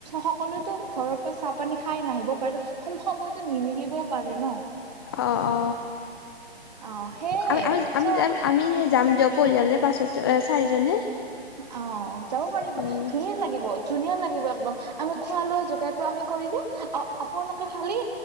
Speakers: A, on the right; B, on the left.
A: সকলোৱে ঘৰৰ পৰা চাহ পানী খাই নাহিব পাৰে সময়তটো নিমিলিবও পাৰে ন,
B: অ অ
A: আ, সেই,
B: আমি আমি আমি
A: চোৱা
B: আমি যাম দিয়ক পৰিয়ালে পাছত এ চাৰিজনে
A: অ, যাব পাৰিব,
B: উম
A: ধুনীয়া লাগিব। ধুনীয়া লাগিব, একদম আমি খোৱা, লোৱা যোগাৰটো আমি কৰি দিম আপোনালোকে খালি